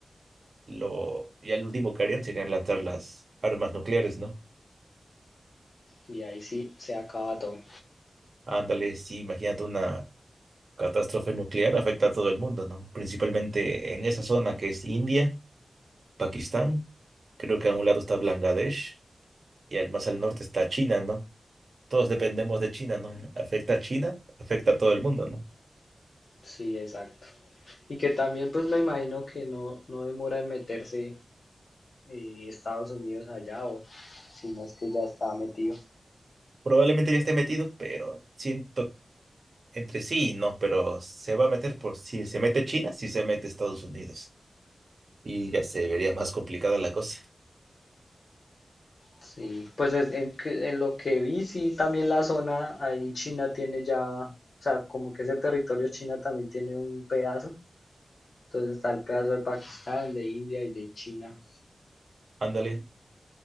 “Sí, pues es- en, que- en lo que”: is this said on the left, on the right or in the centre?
Left